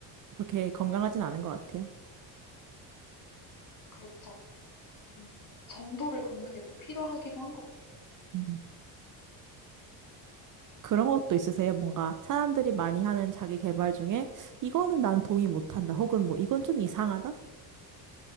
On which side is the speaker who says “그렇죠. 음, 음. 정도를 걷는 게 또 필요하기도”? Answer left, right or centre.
Left